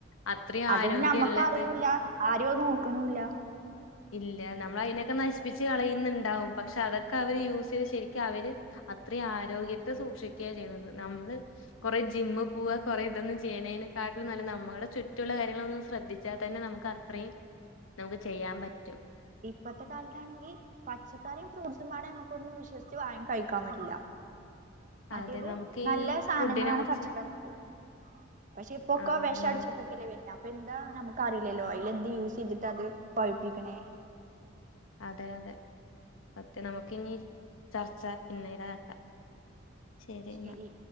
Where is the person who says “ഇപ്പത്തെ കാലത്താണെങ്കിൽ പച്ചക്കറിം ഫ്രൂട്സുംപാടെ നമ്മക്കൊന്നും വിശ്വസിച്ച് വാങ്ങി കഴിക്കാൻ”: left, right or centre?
Right